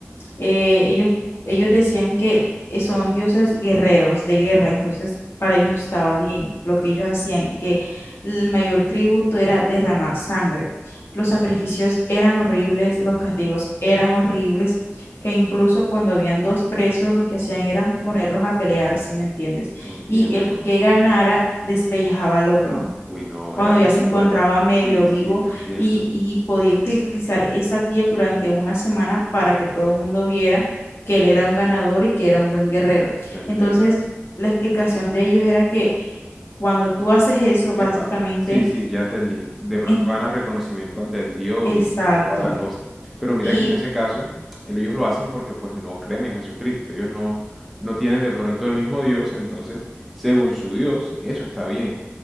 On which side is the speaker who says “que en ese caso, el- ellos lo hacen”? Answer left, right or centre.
Centre